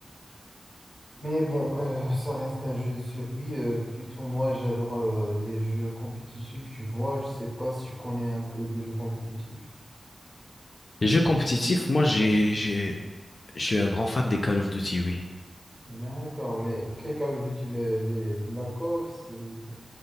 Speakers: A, in the centre; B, on the left (about 55°).
A: Mais bon, euh, ça reste un jeu de survie. euh, plutôt moi, j'adore euh, les jeux compétitifs, tu vois. Je sais pas si tu connais un peu de jeux compétitifs.
B: Les jeux compétitifs, moi j'ai j'ai je suis un grand fan des Call of Duty, oui.
A: D'accord, mais quel Call of Duty, les, les Black Ops, euh, ou tu-